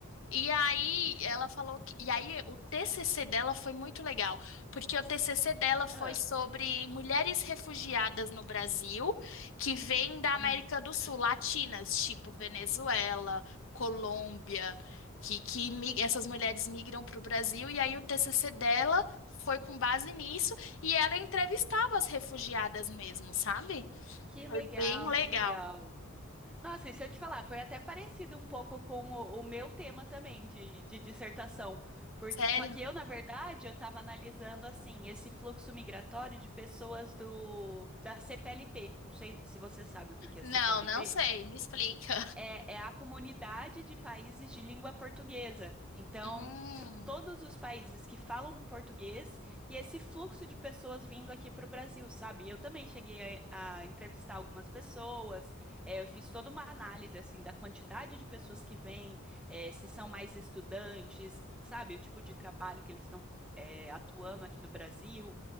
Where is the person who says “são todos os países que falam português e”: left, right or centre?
Centre